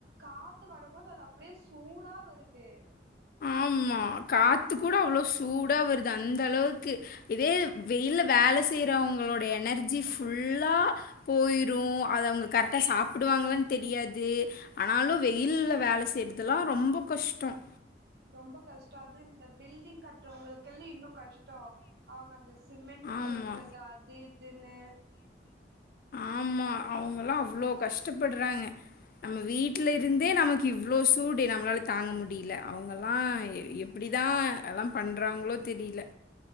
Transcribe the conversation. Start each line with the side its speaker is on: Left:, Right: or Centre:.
Right: காத்து வரும்போது அது அப்படியே சூடா வருது
Left: ஆமா காத்து கூட அவ்வளவு சூடா வருது அந்த அளவுக்கு இதே இது வெயில்ல வேலை செய்றவுங்களோட எனர்ஜி ஃபுல்லா போயிரும் அது அவுங்க கரெக்டா சாப் படுவாங்களான்னு தெரியாது ஆனாலும் வெயில்ல வேலை செய்யறதுல்லாம் ரொம்ப கஷ்டம்
Right: ரொம்ப கஷ்டம் அது இந்த பில்டிங் கட்டுறவுங்களுக்குல்லி இன்னும் கஷ் டம் அவுங்க அந்த சிமெண்ட் தூக்குறது
Left: ஆமா
Right: அது இதுன்னு
Left: ஆமா அவுங்கல்லாம் அவ்ளோ கஷ்டப்பட்றாங்க நம்ம வீட்ல இருந்தே நமக்கு இவ்ளோ சூடு நம்மளால தாங்க முடியல அவுங்கல்லாம் எப் எப்படி தான் அதெல்லாம் பண்றாங்களோ தெரியல